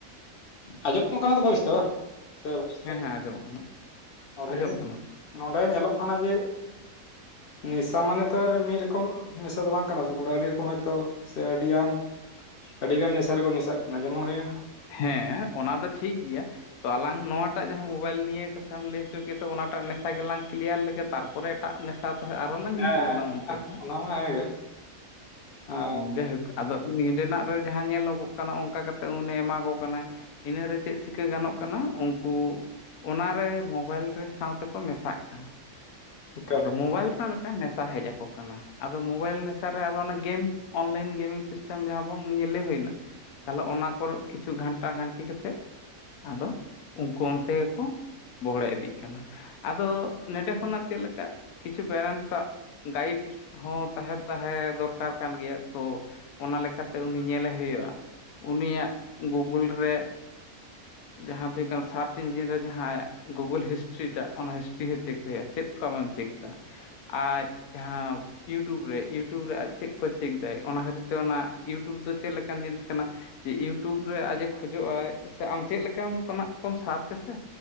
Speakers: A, on the left; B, on the left.
A: ᱟᱸᱡᱚᱢᱚᱜ ᱠᱟᱱᱟ ᱛᱚ ᱯᱚᱨᱤᱥᱠᱟᱨ ᱵᱟᱝ ᱥᱮ <unintelligible>
B: ᱦᱮᱸ ᱦᱮᱸ ᱟᱸᱡᱚᱢᱚᱜ ᱠᱟᱱᱟ
A: ᱚ
B: ᱟᱸᱡᱚᱢᱚᱜ
A: ᱞᱟᱹᱭᱫᱟᱹᱧ
B: ᱠᱟᱱᱟ
A: ᱱᱚᱸᱰᱮ ᱧᱮᱞᱚᱜ ᱠᱟᱱᱟ ᱡᱮ ᱱᱮᱥᱟ ᱢᱟᱱᱮ ᱛᱚ ᱟᱨ ᱢᱤᱫ ᱨᱚᱠᱚᱢ ᱱᱮᱥᱟ ᱫᱚ ᱵᱟᱝ ᱠᱟᱱᱟ ᱥᱮ ᱱᱚᱰᱮ ᱟᱹᱰᱤ ᱨᱚᱠᱚᱢ ᱦᱚᱭᱛᱚ ᱥᱮ ᱟᱹᱰᱤᱜᱟᱱ ᱟᱹᱰᱤᱜᱟᱱ ᱱᱮᱥᱟ ᱨᱮᱠᱚ ᱢᱮᱥᱟᱜ ᱠᱟᱱᱟ ᱡᱮᱢᱚᱱ ᱦᱩᱭᱮᱱ
B: ᱦᱮᱸ ᱚᱱᱟ ᱫᱚ ᱴᱷᱤᱠ ᱜᱮᱭᱟ ᱛᱚ ᱟᱞᱟᱝ ᱱᱚᱣᱟᱴᱟᱜ ᱡᱟᱦᱟᱸ ᱢᱳᱵᱟᱭᱤᱞ ᱱᱤᱭᱟᱹ ᱠᱟᱛᱷᱟᱢ ᱞᱟᱹᱭ ᱦᱚᱪᱚ ᱠᱮᱫᱟ ᱚᱱᱟᱴᱟᱜ ᱱᱮᱥᱟ ᱜᱮᱞᱟᱝ ᱠᱞᱤᱭᱟᱨ ᱞᱮᱜᱮ ᱛᱟᱨᱯᱚᱨᱮ ᱮᱴᱟᱜ ᱱᱮᱥᱟ ᱛᱮᱦᱚᱸ ᱟᱨᱦᱚᱸ ᱞᱟᱝ ᱦᱤᱡᱩᱜ
A: ᱦᱮᱸ ᱦᱮᱸ
B: ᱟᱞᱟᱝ ᱚᱱᱛᱮ ᱦᱚᱸ
A: <unintelligible> ᱟᱨ
B: ᱡᱟᱭᱦᱳᱠ ᱟᱫᱚ ᱱᱤᱰᱮᱱᱟᱜ ᱨᱮ ᱡᱟᱦᱟᱸ ᱧᱮᱞᱚᱜᱚᱜ ᱠᱟᱱᱟ ᱚᱱᱠᱟ ᱠᱟᱛᱮᱜ ᱩᱱᱮ ᱮᱢᱟ ᱠᱚ ᱠᱟᱱᱟᱭ ᱤᱱᱟᱹᱨᱮ ᱪᱮᱫ ᱪᱤᱠᱟᱹ ᱜᱟᱱᱚᱜ ᱠᱟᱱᱟ ᱩᱱᱠᱩ ᱚᱱᱟ ᱨᱮ ᱢᱳᱚᱵᱟᱭᱤᱞ ᱨᱮ ᱥᱟᱶᱛᱮᱠᱚ ᱢᱮᱥᱟᱜ ᱠᱟᱱᱟ
A: ᱮᱠᱟᱞ
B: ᱟᱫᱚ ᱢᱳᱵᱟᱭᱤᱞ ᱨᱮᱱᱟᱜ ᱢᱤᱫᱴᱟᱝ ᱱᱮᱥᱟ ᱦᱮᱡᱠᱚ ᱠᱟᱱᱟ ᱟᱫᱚ ᱢᱳᱵᱟᱭᱤᱞ ᱱᱮᱥᱟᱨ ᱨᱮ ᱟᱨᱦᱚᱸ ᱚᱱᱟ ᱜᱮᱢ ᱚᱱᱞᱟᱭᱤᱱ ᱜᱮᱢᱤᱝ ᱥᱤᱥᱴᱮᱢ ᱡᱟᱦᱟᱸ ᱵᱚᱱ ᱞᱮ ᱦᱩᱭᱱᱟ ᱛᱟᱦᱚᱞᱮ ᱚᱱᱟ ᱠᱚᱨᱮ ᱠᱤᱪᱷᱩ ᱜᱷᱟᱱᱴᱟ ᱜᱷᱟᱱᱴᱤ ᱠᱟᱛᱮᱫ ᱟᱫᱚ ᱩᱱᱠᱩ ᱚᱱᱛᱮ ᱜᱮᱠᱚ ᱵᱚᱦᱚᱲᱮ ᱤᱫᱤᱜ ᱠᱟᱱᱟ ᱟᱫᱚ ᱱᱚᱰᱮ ᱠᱷᱚᱱᱟᱜ ᱪᱮᱫ ᱞᱮᱠᱟ ᱠᱤᱪᱷᱩ ᱯᱮᱨᱮᱱᱴᱥᱟᱜ ᱜᱟᱭᱤᱰ ᱦᱚᱸ ᱛᱟᱦᱮᱸ ᱛᱟᱦᱮᱸ ᱫᱚᱨᱠᱟᱨ ᱠᱟᱱ ᱜᱮᱭᱟ ᱛᱚ ᱚᱱᱟ ᱞᱮᱠᱟᱛᱮ ᱩᱱᱤ ᱧᱮᱞᱮ ᱦᱩᱭᱩᱜᱼᱟ ᱩᱱᱤᱭᱟᱜ ᱜᱩᱜᱩᱞ ᱨᱮ ᱡᱟᱦᱟᱸ ᱫᱚ ᱦᱩᱭᱩᱜ ᱠᱟᱱᱟ ᱥᱟᱨᱪ ᱤᱧᱡᱤᱱ ᱨᱮ ᱡᱟᱦᱟᱸ ᱟᱭᱟᱜ ᱜᱩᱜᱩᱞ ᱦᱤᱥᱴᱨᱤ ᱴᱟᱜ ᱚᱱᱟ ᱦᱤᱥᱴᱨᱤ ᱜᱮ ᱪᱮᱠ ᱦᱳᱭᱳᱜᱼᱟ ᱪᱮᱫ ᱠᱚ ᱟᱢᱮᱢ ᱪᱮᱠ ᱫᱟ ᱟᱡ ᱡᱟᱦᱟᱸ ᱤᱭᱩᱴᱩᱵᱽ ᱨᱮ ᱤᱭᱩᱴᱩᱵᱽ ᱨᱮ ᱟᱡ ᱪᱮᱫ ᱠᱚ ᱪᱮᱠ ᱫᱟ ᱚᱱᱟ ᱠᱷᱟᱹᱛᱤᱨ ᱛᱮ ᱚᱱᱟ ᱤᱭᱩᱴᱩᱵᱽ ᱫᱚ ᱪᱮᱫ ᱞᱮᱠᱟᱱ ᱡᱤᱱᱤᱥ ᱠᱟᱱᱟ ᱮ ᱤᱭᱩᱴᱩᱵᱽ ᱨᱮ ᱟᱡᱼᱮ ᱠᱷᱚᱡᱚᱜ ᱟᱭ ᱥᱮ ᱟᱢ ᱪᱮᱫ ᱞᱮᱠᱟᱱᱟᱜ ᱠᱚᱢ ᱥᱟᱨᱪ ᱟᱥᱮ